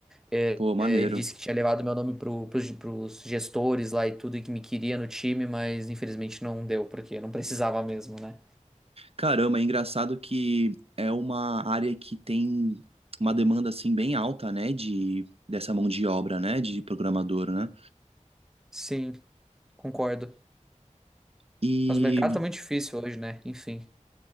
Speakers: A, in the centre; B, on the right (about 50°).
A: É,
B: pô, maneiro.
A: é, ele disse que tinha levado meu nome pro, pros, pros gestores lá e tudo, e que me queria no time, mas infelizmente não deu, porque não precisava mesmo, né?
B: Caramba, é engraçado que é uma área que tem uma demanda assim bem alta, né, de dessa mão de obra, né, de programador, né?
A: Sim, concordo.
B: E
A: Mas o mercado tá muito difícil hoje, né? Enfim.